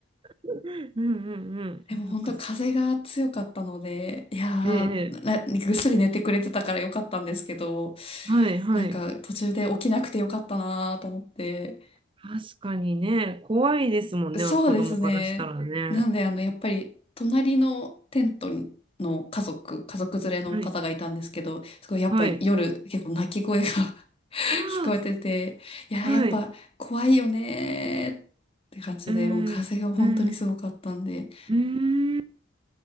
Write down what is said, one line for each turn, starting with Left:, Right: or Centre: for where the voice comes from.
Right: うんうんうん。
Left: でも本当風が強かったので、
Right: そっかそっか。
Left: いやー、
Right: ええ
Left: なぐっすり寝てくれてたからよかったんですけど、
Right: はいはい。
Left: なんか途中で起きなくてよかったなーと思って。
Right: 確かにね、怖いですもんね、
Left: そうですね。
Right: 子供からしたらね。
Left: なんであの、やっぱり隣のテントの家族、家族連れの方がいたんですけど、
Right: はい
Left: すごいやっぱ夜結構泣き声が
Right: はい。
Left: <laughs>
Right: あ
Left: 聞こえてて、いやーやっぱ怖いよねーって感じで、
Right: あ、はい。うん、
Left: もう風が本当にすごかったんで、
Right: うん、うん。